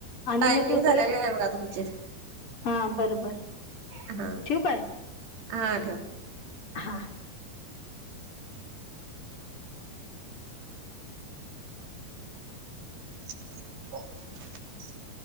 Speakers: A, on the right (about 75°); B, on the left (about 35°).
A: टायमिंग
B: मग दुसऱ्या
A: झालेला आहे बघा तुमचे.
B: हा बरोबर
A: हा
B: ठेवू काय?
A: हा ठेवा.
B: हा.
A: <unintelligible>